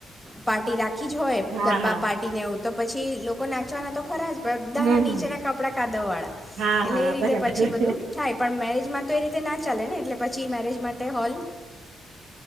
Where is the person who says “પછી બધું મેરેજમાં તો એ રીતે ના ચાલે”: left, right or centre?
Centre